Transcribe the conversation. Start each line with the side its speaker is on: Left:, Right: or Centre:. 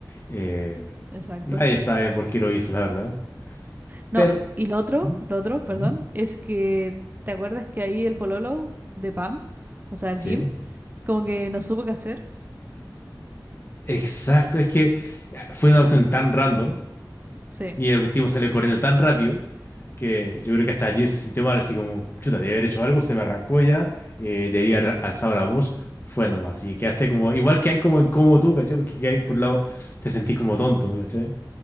Left: Eh,
Right: Exacto.
Left: nadie sabe por qué lo hizo, la verdad.
Right: No,
Left: Pero...
Right: y lo otro,
Left: Ujú,
Right: lo otro, perdón,
Left: ujú.
Right: es que, ¿te acuerdas que ahí el pololo de Pam, o sea, el
Left: Sí,
Right: Jim, como que no supo qué hacer?
Left: exacto, es que eh, fue una cuestión tan random
Right: Sí.
Left: Y el tipo salió corriendo tan rápido que yo creo que hasta Jim se sintió mal, así como, chuta, debí haber hecho algo, se me arrancó ya, eh, debí haber alzado la voz, fue nomás. Y quedaste como, igual que hay como incómodo tú, ¿cachai? Porque que hay por un lado, te sentís como tonto, ¿cachai?